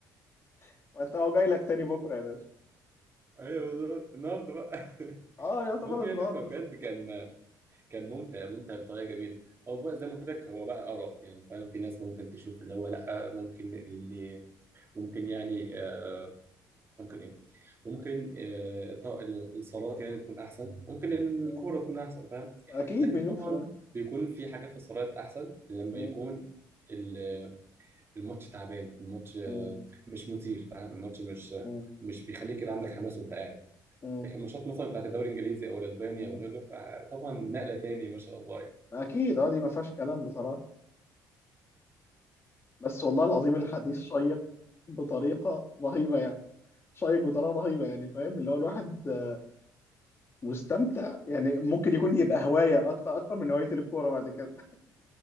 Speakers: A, on the left; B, on the right.
A: <laughs> ما انت اهو جاي لك تاني بكره يا باشا
B: <laughs> ايوه بالظبط النهارده بقى <laughs>
A: اه يعتبر
B: المهم
A: النهارده
B: يعني فبجد كان كان ممتع ممتع بطريقه جميله هو بقى زي ما قلت لك هو بقى اراء يعني فاهم في ناس ممكن تشوف اللي هو لا ممكن اللي ممكن يعني آه، ممكن ايه ممكن آه، الط- الصلوات يعني تكون احسن ممكن الكوره
A: صح
B: تكون احسن فاهم
A: اكيد
B: لكن
A: مليون
B: طبعا
A: في المية
B: بيكون في حاجات في الصلوات احسن لما
A: مم،
B: يكون ال- الماتش تعبان الماتش آه،
A: مم،
B: مش مثير فاهم الماتش مش
A: مم،
B: مش بيخليك كده عندك حماس وانت قاعد
A: مم،
B: لكن الماتشات مثلا بتاعت الدوري الانجليزي او الاسباني
A: مم،
B: او غيره فطبعا
A: مم.
B: نقله تاني ما شاء الله يعني
A: اكيد اه دي ما فيهاش كلام بصراحة بس والله العظيم الحديث شيق بطريقة رهيبة يعني شيق بطريقة رهيبة يعني فاهم اللي هو الواحد آه، مستمتع يعني ممكن يكون يبقى هواية اكتر اكتر من هواية الكورة بعد كده <laughs>